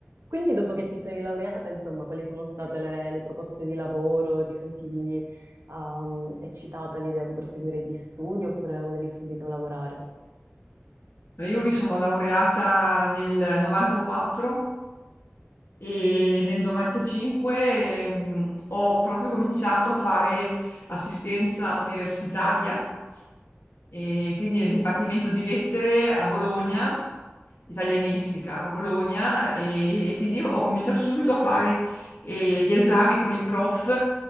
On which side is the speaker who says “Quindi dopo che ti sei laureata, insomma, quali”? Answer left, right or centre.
Right